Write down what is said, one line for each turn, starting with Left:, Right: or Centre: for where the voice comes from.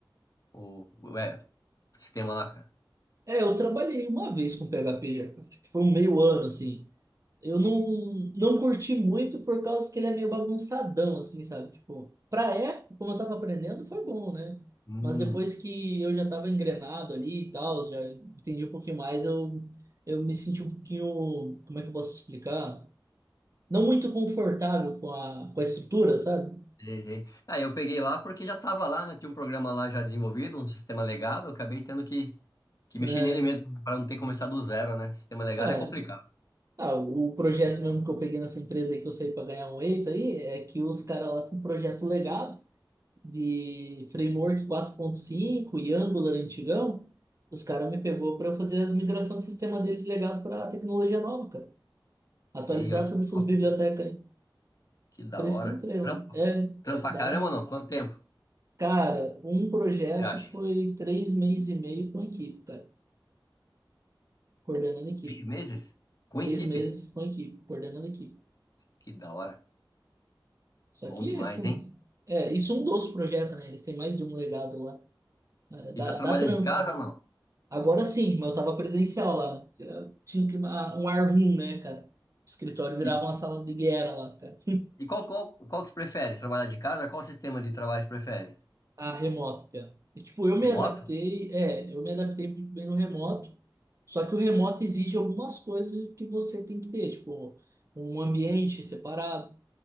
Left: o, o, é, o sistema lá, cara.
Right: É, eu trabalhei uma vez com PHP já, cara. Tipo, foi um meio ano, assim. Eu não, não curti muito por causa que ele é meio bagunçadão, assim, sabe? Tipo, pra época, como eu tava aprendendo, foi bom, né?
Left: Hum,
Right: Mas depois que eu já tava engrenado ali e tal, já entendi um pouquinho mais, eu, eu me senti um pouquinho, como é que eu posso explicar? Não muito confortável com a, com a estrutura, sabe?
Left: Sei, sei. Ah, eu peguei lá porque já tava lá, né? Tinha um programa lá já desenvolvido, um sistema legado. eu Acabei tendo que, que
Right: É,
Left: mexer nele mesmo, para não ter começado do zero, né? Sistema legado
Right: É,
Left: é complicado.
Right: ah, o projeto mesmo que eu peguei nessa empresa aí que eu saí para ganhar um eito aí é que os caras lá têm um projeto legado de framework 4.5 e Angular antigão. Os caras me pegou para eu fazer as migrações de sistema deles legado para a tecnologia nova, cara. Atualizar
Left: Sim, olha que
Right: todas
Left: top,
Right: essas bibliotecas
Left: cara.
Right: aí.
Left: Que da
Right: Por isso
Left: hora.
Right: que eu entrei lá.
Left: Trampa,
Right: É,
Left: trampa
Right: dá.
Left: caramba
Right: é.
Left: ou não? Quanto tempo
Right: Cara, um projeto
Left: você acha?
Right: foi três meses e meio com a equipe, cara. Coordenando a equipe.
Left: Três meses? Com
Right: Três
Left: equipe?
Right: meses com a equipe, coordenando a equipe.
Left: Que da hora.
Right: Só
Left: Bom
Right: que,
Left: demais,
Right: assim,
Left: hein?
Right: é, isso é um dos projetos, né? Eles têm mais de um legado lá. É, Dá,
Left: E tá trabalhando
Right: dá trampo,
Left: de casa
Right: né?
Left: ou não?
Right: Agora sim, mas eu tava presencial lá. Eu tinha que, ah, um ar room, né, cara? O escritório virava
Left: E,
Right: uma sala de guerra lá, cara.
Left: e qual, qual, qual que você prefere? Trabalhar de casa? Qual sistema de trabalho você prefere?
Right: A remoto, cara. E, tipo, eu me
Left: Remoto?
Right: adaptei, é, eu me adaptei muito bem no remoto. Só que o remoto exige algumas coisas que você tem que ter, tipo, um ambiente separado,